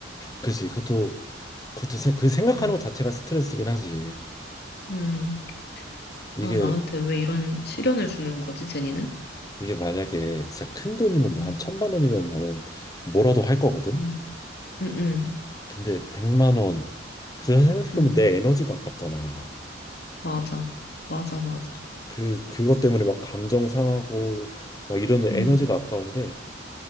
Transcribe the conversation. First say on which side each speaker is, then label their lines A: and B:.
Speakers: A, on the left (about 20°); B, on the left (about 55°).
A: 그치. 그것도, 그것도 생, 그 생각하는
B: 음.
A: 것 자체가 스트레스긴 하지.
B: 음.
A: 이게,
B: 아, 나한테 왜 이런 시련을 주는 거지, 제니는?
A: 이게 만약에 진짜 큰 돈이면
B: 음.
A: 뭘 한 천만 원이면 나는 뭐라도 할 거거든?
B: 음. 음. 음.
A: 근데 백만 원, 그거 생각해보면
B: 음.
A: 내 에너지가 아깝잖아.
B: 맞아. 맞아, 맞아.
A: 그, 그것 때문에 막 감정 상하고 막 이러는
B: 음.
A: 에너지가 아까운데,